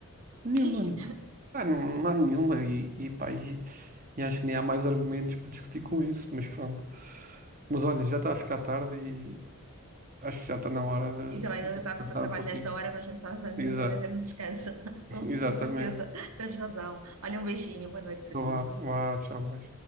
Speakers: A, on the right; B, on the right.
A: Nenhuma,
B: <laughs> sim,
A: né? Ah, não, não há nenhuma. E, e, pá, e, e acho que nem há mais argumentos para discutir com isso, mas pronto. Mas olha, já está a ficar tarde e acho que já está na hora de
B: E também eu
A: de
B: estava
A: descansar
B: a pensar, trabalho
A: um pouquinho.
B: nesta hora, mas pensava já, mas
A: Exato,
B: é um descanso, <laughs> com,
A: <laughs> exatamente.
B: com certeza, tens razão. Olha, um beijinho, boa noite para
A: Então
B: ti.
A: vá, vá, tchau, mas.